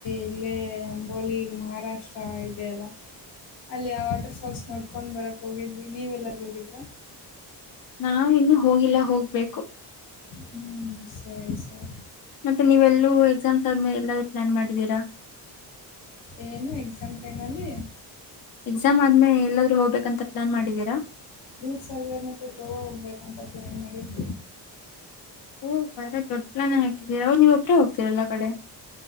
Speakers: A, on the left; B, on the left.
A: ಇಲ್ಲೇ ಅಂಬೋಲಿ ಮಹಾರಾಷ್ಟ್ರ ಇದೇ ಅಲ್ಲ
B: ಹ
A: ಅಲ್ಲಿ ಆ ವಾಟರ್ಫಾಲ್ಸ್ ನೋಡ್ಕೊಂಡ್ ಬರಕ್ ಹೋಗಿದ್ವಿ ನೀವ ಎಲ್ಲರೂ ಹೋಗಿದ್ರ
B: ನಾವು ಇನ್ನೂ ಹೋಗಿಲ್ಲ ಹೋಗ್ಬೇಕು
A: ಹೂ ಸರಿ ಸರಿ
B: ಮತ್ತೆ ನೀವೆ ಎಲ್ಲೂ ಎಕ್ಸಾಮ್ಸ್ ಆದ್ಮೇಲೆ ಎಲ್ಲಾದೂ ಪ್ಲಾನ್ ಮಾಡಿದೀರಾ
A: ಏನು ಎಕ್ಸಾಮ್ ಟೈಮ್ ಅಲ್ಲಿ
B: ಎಕ್ಸಾಮ್ ಆದ್ಮೇ ಎಲ್ಲಾದ್ರೂ ಹೋಗ್ಬೇಕಂತ ಪ್ಲಾನ್ ಮಾಡಿದೀರಾ
A: ದೂದ್ ಸಾಗರ್ ಮತ್ತೆ ಗೋವಾ ಹೋಗ್ಬೇಕಂತ ಪ್ಲಾನ್ ಮಾಡಿದ್ವಿ
B: ಹೂಂ ದೊಡ್ಡಪ್ಲಾನ್ ಹಾಕಿದ್ದೀರ ನೀವು ಒಬ್ರೇ ಹೋಗ್ತೀರಲ್ಲಾ ಕಡೆ